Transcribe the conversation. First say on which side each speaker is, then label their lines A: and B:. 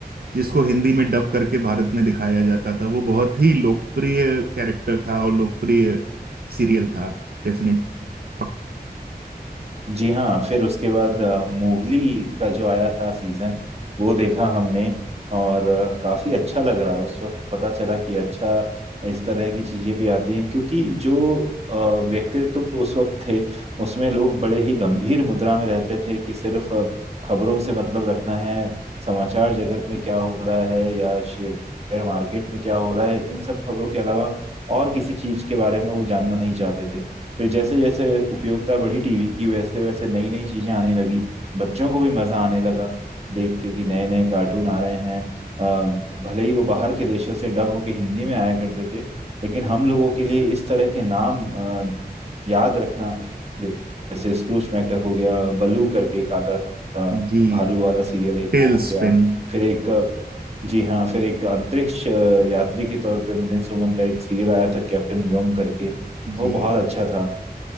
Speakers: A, on the right (about 65°); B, on the right (about 40°).
A: जिसको हिंदी में डब करके भारत में दिखाया जाता था वो बहुत ही लोकप्रिय कैरेक्टर था और लोकप्रिय सीरियल था डेफिनेट पक
B: जी हाँ फिर उसके बाद अ, मोगली का जो आया था सीजन वो देखा हमने और अ, काफी अच्छा लगा उस वक्त पता चला कि अच्छा इस तरह की चीजें भी आती हैं क्योंकि जो अ, व्यक्तित्व उस वक्त थे उसमें लोग बड़े ही गंभीर मुद्रा में रहते थे कि सिर्फ अ, खबरों से मतलब रखना है समाचार जगत में क्या हो रहा है या शेयर मार्केट में क्या हो रहा है इन सब खबरों के अलावा और किसी चीज के बारे में वो जानना नहीं चाहते थे फिर जैसे जैसे उपयोगिता बढ़ी टीवी की वैसे वैसे नई नई चीजें आने लगी बच्चों को भी मजा आने लगा देख के कि नए नए कार्टून आ रहे हैं अ, भले ही वो बाहर के देशों से डब होके हिंदी में आया करते थे लेकिन हम लोगों के लिए इस तरह के नाम अ, याद रखना जैसे स्क्रूज मैक्टर हो गया बल्लू करके एक आता था
A: जी
B: भालू वाला सीरियल एक
A: Tale
B: वो हो
A: spin
B: गया फिर एक अ, जी हाँ फिर एक अंतरिक्ष अ, यात्री के तौर पे मिलिंद सोमन का एक सीरियल आया था कैप्टन व्योम करके
A: जी
B: वो बहुत अच्छा था